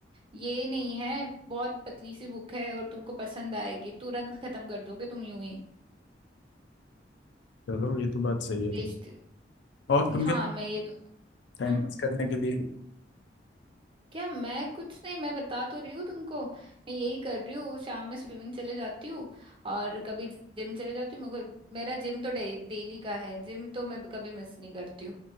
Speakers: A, on the right; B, on the left.
A: ये नहीं है बहुत पतली सी बुक है और तुमको पसंद आएगी तुरंत खत्म कर दोगे तुम यूं ही
B: चलो ये तो बात सही है तुम
A: बेस्ट
B: और तुम
A: हाँ मैं ये तो
B: टाइम
A: हम्म
B: पास करने के लिए
A: क्या मैं कुछ नहीं मैं बता तो रही हूँ तुमको मैं यही कर रही हूँ शाम में स्विमिंग चले जाती हूँ और कभी जिम चले जाती हूँ मेरे को मेरा जिम तो डे, डेली का है जिम तो मैं कभी मिस नहीं करती हूँ